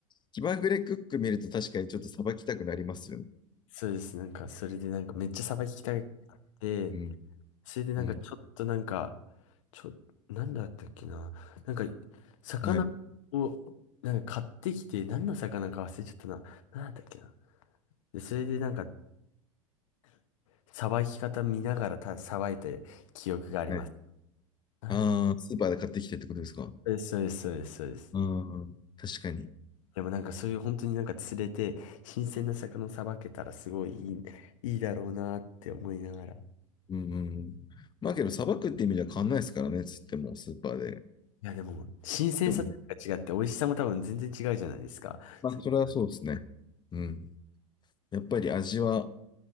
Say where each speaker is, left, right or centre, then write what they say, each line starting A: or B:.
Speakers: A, on the left; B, on the left.
A: 気まぐれクック見ると確かにちょっとさばきたくなりますよね。
B: そうです。なんかそれでなんかめっちゃさばきたいあって、
A: うん。
B: それでなんかちょっとなんか、
A: うん。
B: ちょ、なんだったっけな。なんか、魚を、
A: うんはい。
B: なんか買ってきて、何の魚か忘れちゃったな。なんだったっけな。で、それでなんか、さばき方見ながらた、さばいた記憶があります。
A: はい。
B: あ
A: ああ、スーパーで買ってきてってことですか。
B: そうです、そうです、そうです、そうです。
A: うん。確かに。
B: でもなんかそういう本当になんか釣れて、新鮮な魚さばけたらすごいいい、いいだろうなって思いながら。い
A: うんうんうん。まあけど、さばくって意味では変わんないですからね、つっても、スーパーで。
B: やでも、新鮮さとか違って美味しさも多分全然違うじゃないですか。
A: でもね。まあ、
B: さっきから
A: それはそうですね。うん。やっぱり味は、